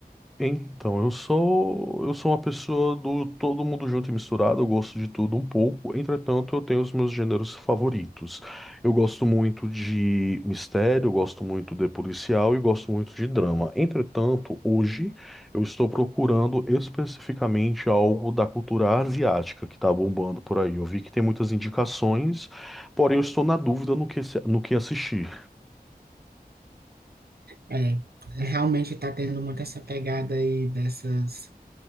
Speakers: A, in the centre; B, on the right.
A: Então, eu sou eu sou uma pessoa do todo mundo junto e misturado, eu gosto de tudo um pouco, entretanto, eu tenho os meus gêneros favoritos. Eu gosto muito de mistério, eu gosto muito de policial e gosto muito de drama. Entretanto, hoje eu estou procurando especificamente algo da cultura asiática que está bombando por aí. Eu vi que tem muitas indicações, porém eu estou na dúvida no que, se- no que assistir.
B: É, realmente tá tendo muito essa pegada aí dessas,